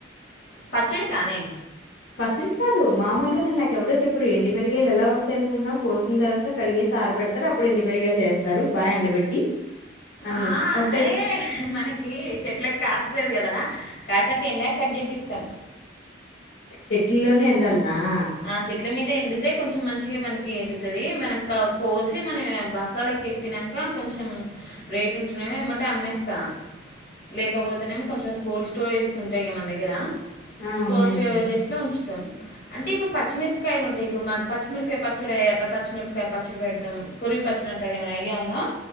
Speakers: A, on the left; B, on the left.
A: పచ్చడి కానే
B: పచ్చడి కాదు మామూలుగా నేనె నాకు ఎవరో చెప్పురు ఎండి బెరిగాయలు ఎలా వస్తాయ్ అనుకుంట్నావ్ పోస్ని తర్వాత కడిగేసి ఆరబెడతారు అప్పుడు ఎండి బెరిగాయలు చేస్తారు బాగా ఎండబెట్టి. అన్
A: ఆ
B: ఒట్టెవి
A: ఏ మనకి చెట్ల కాస్తది కదా. కాసాక ఎంనాక కజి ప్పిస్తం
B: చెట్లలోనే ఎండాలా ఆ
A: ఆ చెట్ల మీద ఎండితే కొంచెం మంచిగ మనకి ఎండుతది, మనక కోసి మన బస్తాలకి ఎత్తినంక కొంచెం రేట్ ఉంటునమో ఎమ్మటే అమ్మేస్తా, లేకపోతేనేమో కొంచెం కోల్డ్ స్టోరేజెస్ ఉంటాయి గ మన్ దగ్గర.
B: ఆ
A: కోల్
B: ఉన్నాయి
A: స్టెఒజెస్
B: వచ్చేసి
A: లో ఉంచుతం. అంటే ఇప్పుడు పచ్చిమిర్పకాయలు ఉంటాయ్, ఇప్పు మ పచ్చిమిర్కాయ పచ్చడి ఎర్ర పచ్చిమిరపకాయ పచ్చడి పెడ్తాం, కొరివి పచ్చడి అంటారు ఏమనా ఐడియా ఉందా.